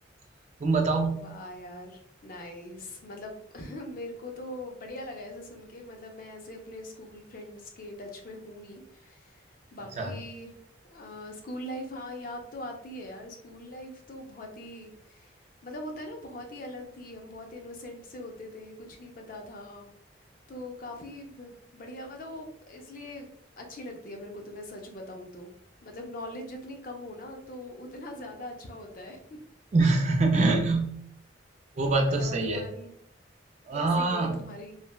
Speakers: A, on the right; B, on the left.
A: तुम बताओ
B: वाह यार नाइस मतलब <laughs> मेरे को तो बढ़िया लगा ऐसे सुन के मतलब मैं ऐसे अपने स्कूल फ्रेंड्स के टच में हूँ नहीं बाकी
A: अच्छा
B: आ, स्कूल लाइफ हाँ याद तो आती है यार स्कूल लाइफ तो बहुत ही मतलब होता है ना बहुत ही अलग थी हम बहुत इनोसेंट से होते थे कुछ नहीं पता था तो काफी ब- बढ़िया मतलब वो इसलिए अच्छी लगती है मेरे को तो मैं सच बताऊं तो मतलब नॉलेज जितनी कम हो ना तो उतना ज्यादा अच्छा होता है <laughs>
A: <laughs>
B: और
A: वो
B: तुम
A: बात
B: बताओ
A: तो सही
B: तुम्हारी
A: है आ,
B: कैसी गई तुम्हारी